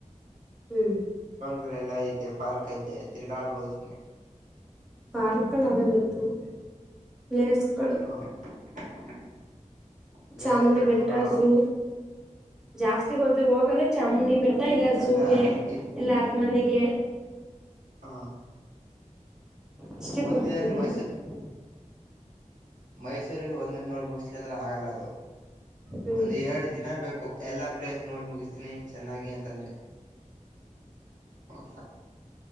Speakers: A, in the centre; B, on the right.
A: ಹ್ಮ್
B: ಗಳ ಎಲ್ಲಾ ಐತೆ ಪಾರ್ಕ್ ಐತೆ ತಿರ್ಗಾಡ್ಬಹದು ಸುಮ್ಮ್ನೆ
A: ಪಾರ್ಕ್ಗಳು ಅವೆ ಗೊತ್ತು ಪ್ಲೇಸ್ಗಳು
B: ಹ <inaudible> ಪ್ಲೇಸ್ಗಳೇನು
A: ಚಾಮುಂಡಿ ಬೆಟ್ಟ
B: ಆರಾಮ್
A: ಝೂ ಜಾಸ್ತಿ ಗತ ಹೋಗದೆ ಚಾಮುಂಡಿ ಬೆಟ್ಟ ಇಲ್ಲ
B: ಎಲ್ಲ
A: ಝೂಗೆ
B: ಆಗಲ್ಲ
A: ಎಲ್ಲ ಅರಮನೆಗೆ
B: ಹಾ
A: ಅಷ್ಟೇ
B: ಒಂದಿನಲ್ಲಿ
A: ಗೊತ್ತಿರೋದು
B: ಮೈಸೂರು
A: ನನ್ಗೆ
B: ಮೈಸೂರಲ್ಲಿ ಒಂದ ನೋಡ್ ಮುಗಿಸ್ತ ಅಂದ್ರೆ ಆಗಲ್ಲ ಅದು
A: ಹ್ಮ್
B: ಒಂದ ಎರಡ್ ದಿನ ಬೇಕು ಎಲ್ಲಾ ಪ್ಲೇಸ್ ನೋಡ್ ಮುಗಿಸ್ತೀನಿ ಚೆನ್ನಾಗಿ ಅಂತಂದ್ರೆ ಅ